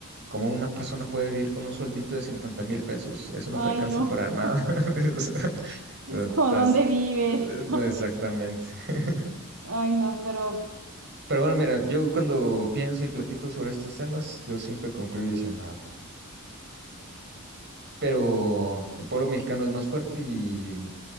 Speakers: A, on the right; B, on the right.
A: ¿cómo una persona puede vivir con un sueldito de cincuenta mil pesos? Eso no
B: Ay,
A: te alcanza
B: no,
A: para nada. <laughs> Dices, <laughs>
B: <laughs> es
A: pero estás-
B: como, ¿dónde vives?
A: eh,
B: <laughs>
A: Exactamente. <laughs>
B: Ay, no, pero
A: Pero bueno, mira, yo cuando pienso y platico sobre estos temas, yo siempre concluyo diciendo, nada. pero el pueblo mexicano es más fuerte y